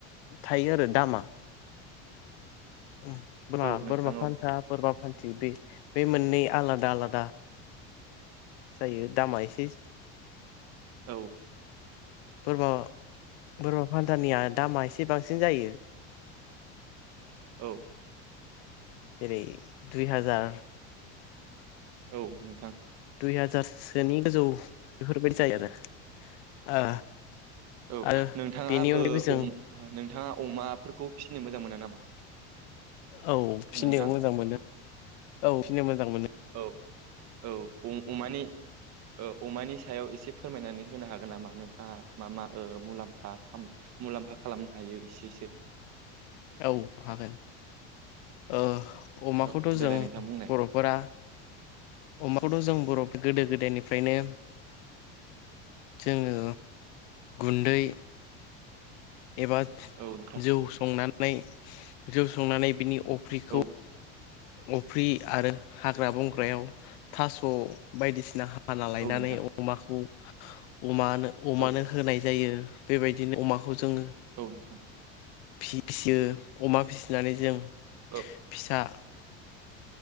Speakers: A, on the left; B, on the right.
A: थायो आरो दामा उम बोरमा
B: औ नोंथां
A: बोरमा
B: औ
A: फानथा बोरमा फान थि बे बे मोननै आलादा आलादा जायो दामा एसे
B: औ
A: बोरमा बोरमा फान्थानिया दामा एसे बांसिन जायो
B: औ
A: जेरै दुइ हाजार।
B: औ नोंथां।
A: दुइ हाजारसोनि गोजौ बेफोरबायदि जायो आरो। ओ
B: औ
A: आरो
B: नोंथाङा
A: बेनि अनगायैबो
B: ओ
A: जों
B: अमा नोंथाङा अमाफोरखौ फिसिनो मोजां मोना नामा?
A: औ फिनो
B: नोंथां
A: मोजां मोनो, औ फिनो मोजां मोनो।
B: औ औ अ-अमानि ओ अमानि सायाव एसे फोरमायनानै होनो हागोन नामा नोंथाङा? मा मा ओ मुलाम्फा खाम मुलाम्फा खालामनो हायो एसेसो
A: औ हागोन ओ अमाखौथ'
B: औ देलाय
A: जों
B: नोंथां बुंनाय
A: बर'फोरा अमाखौथ' जों बर' गोदो गोदायनिफ्रायनो जोङो गुन्दै एबा
B: औ नोंथां
A: जौ संनानै जौ संनानै बिनि अफ्रिखौ
B: औ
A: अफ्रि आरो हाग्रा बंग्रायाव थास' बायदिसिना हाना लायनानै
B: औ नोंथां
A: अमाखौ अमानो अमानो
B: औ
A: होनाय जायो बेबायदिनो अमाखौ जोङो
B: औ
A: फिसियो अमा फिसिनानै जों
B: औ
A: फिसा